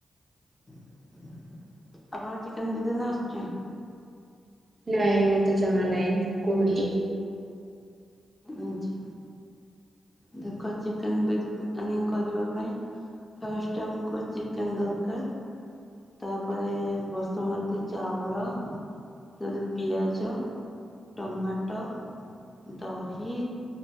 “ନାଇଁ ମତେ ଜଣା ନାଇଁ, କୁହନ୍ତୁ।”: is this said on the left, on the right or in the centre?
Right